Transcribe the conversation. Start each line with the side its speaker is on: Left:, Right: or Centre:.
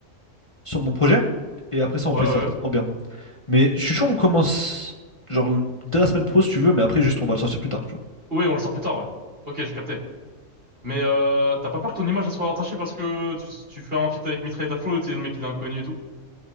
Left: sur mon projet et après ça on
Right: Ouais,
Left: fait
Right: ouais,
Left: ça
Right: ouais.
Left: en bien. Mais je suis chaud, on commence genre dès la semaine pro si tu veux, mais après juste on va le sortir plus tard, tu vois.
Right: Oui, on le sort plus tard, ouais. Ok, j'ai capté. Mais euh, t'as pas peur que ton image elle soit entachée parce que tu, tu fais un feat avec Mitraillette à flot et t'es le mec il est inconnu et tout?